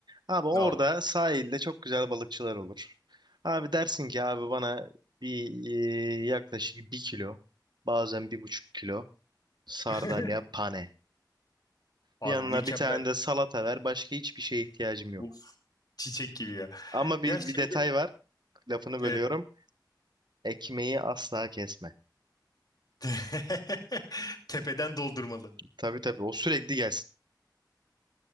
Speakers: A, on the right; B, on the left.
A: Abi orada
B: No.
A: sahilde çok güzel balıkçılar olur. Abi dersin ki abi bana bir e, yaklaşık bir kilo bazen bir buçuk kilo sardalya
B: <laughs>
A: pane.
B: Abi
A: Yanına
B: mükemmel.
A: bir tane de salata ver. Başka hiçbir şeye ihtiyacım yok.
B: Uf. Çiçek gibi ya.
A: Ama bir,
B: Ya şeyde
A: bir detay var. Lafını bölüyorum.
B: e,
A: Ekmeği asla kesme.
B: <laughs> tepeden doldurmalı.
A: Tabii tabii o sürekli gelsin.